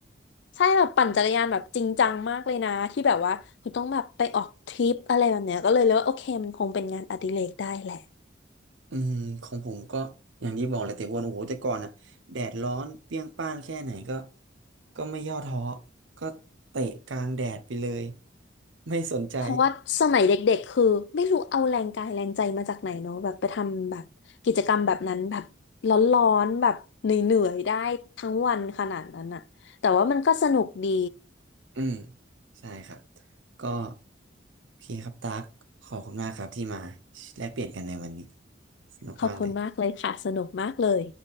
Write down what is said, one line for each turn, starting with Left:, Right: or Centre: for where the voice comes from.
Left: ใช่แบบปั่นจักรยานแบบจริงจังมากเลยนะที่แบบว่าคุณต้องแบบไปออกทริปอะไรแบบเนี้ยก็เลยเลยว่าโอเคมันคงเป็นงานอดิเรกได้แหละ
Right: อืมของผมก็อย่างที่บอกเลยแต่วันโอ้โหแต่ก่อนอ่ะแดดร้อนเปรี้ยงป้างแค่ไหนก็ก็ไม่ย่อท้อก็เตะกลางแดดไปเลยไม่สนใจ
Left: เพราะว่าสมัยเด็กๆคือไม่รู้เอาแรงกายแรงใจมาจากไหนเนาะแบบไปทำแบบกิจกรรมแบบนั้นแบบร้อนๆแบบเหนื่อยๆได้ทั้งวันขนาดนั้นอะแต่ว่ามันก็สนุกดี
Right: <laughs> อืมใช่ครับก็โอเคครับตั๊กขอบคุณมากครับที่มาแลกเปลี่ยนกันในวันนี้สนุกมากเลย
Left: ขอบคุณมากเลยค่ะสนุกมากเลย